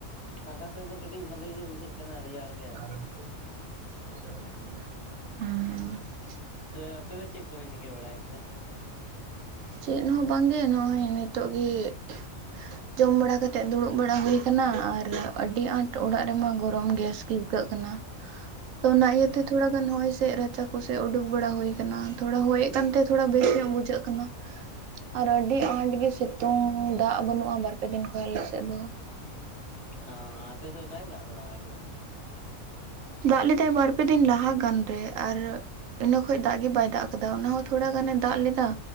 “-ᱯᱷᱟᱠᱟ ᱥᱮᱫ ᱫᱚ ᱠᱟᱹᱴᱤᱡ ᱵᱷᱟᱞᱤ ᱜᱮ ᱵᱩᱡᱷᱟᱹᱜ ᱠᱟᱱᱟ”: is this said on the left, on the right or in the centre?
Left